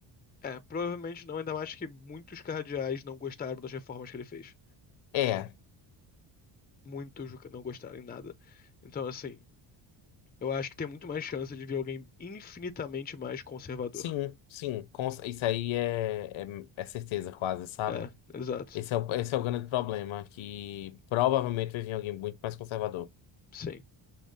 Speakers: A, on the left; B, on the left.
A: É, provavelmente não, ainda mais que muitos cardeais não gostaram das reformas que ele fez.
B: É,
A: Muitos não gostaram em nada. Então, assim. Eu acho que tem muito mais chance de vir alguém infinitamente mais conservador.
B: sim, sim, com- isso aí é, é, é certeza quase, sabe?
A: É, exato.
B: Esse é o, esse é o grande problema, que provavelmente vai vir alguém muito mais conservador.
A: Sim.